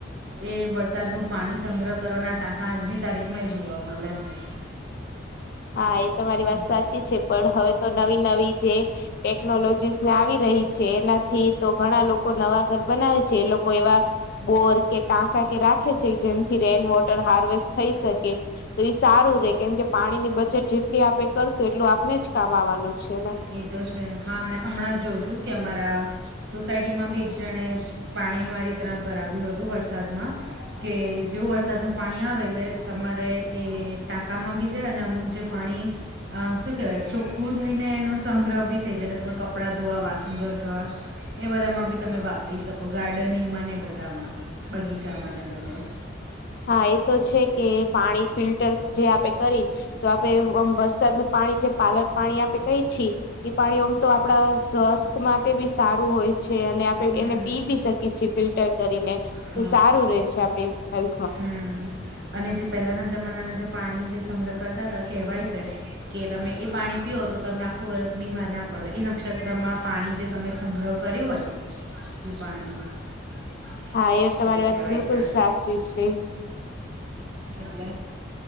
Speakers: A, on the right; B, on the left.
A: એ વરસાદનું. પાણી સંગ્રહ કરવાના ટાંકા આજની તારીખ માં જોવા મળે છે.
B: હા એ તમા મારી વાત
A: એવા
B: સાચી છે. પણ હવે તો નવી નવી જે ટેકનોલોજીસ ને આવી રહી છે એનાથી તો ઘણા લોકો. નવા ઘર બનાવે છે એ લોકો એવા બોર કે ટાંકા કે રાખે છે જેમથી રેન વોટ. હાર્વેસ્ટ થઈ શકે તો એ સારું રે કેમ કે પાણીની. બજેટ જેટલી આપે કરશું એટલું આપને જ કામ આવવાનું છે ને.
A: એ તો છે હા મેં હમણાં જ જોઉું તું કે અમારા. સોસાયટીમાં બી એક જણે પાણી ન આ રીતના કરાવ્યું હતું વરસાદમાં કે જેવ વરસાદનું પાણી આવે એટલે તમારે એ ટાંકામાં બી જાય અને અમુક જે પાણી આ શું કેવાય ચોખું થઈ ને એનું. સંગ્રહ બી થઈ એટલે તમે કપડાં ધોવા વાસણ ઘસવા. એ બધામાં બી તમે વાપરી શકો ગાર્ડનિંગમાં ને બધામાં બગીચામાં ને બધે.
B: હા એ તો છે કે પાણી ફિલ્ટર જે આપે કરી. તો આપણે આમ વરસાદનુંું પાણી જે પાલક પાણી આપે કઈ છી. એઈ પાણી આમ તો આપડા સ્વસ્થ માટે બી સારું હોય છે અને. આપ
A: હમ
B: એને પી બી શકી છીએ ફિલ્ટર કરીને
A: હા
B: તો સારું રે છે આપડી હેલ્.
A: હમ અને જે પહેલાના જમાનાના જે પાણી જે સંગ્રહ કરતા હતા કહેવાય છે. કે તમે એ પાણી પીઓ તો તમે આખો વરસ બીમાર ના પડો એ નક્ષત્રમાં પાણી જે તમે સંગ્રહ. કર્યું હોય એ પાણી સબ સામે આ્યા
B: હા એ તમારી
A: એવું કેહેવાય
B: વાત બિલકુલ
A: છે
B: સાચી છે
A: એટલે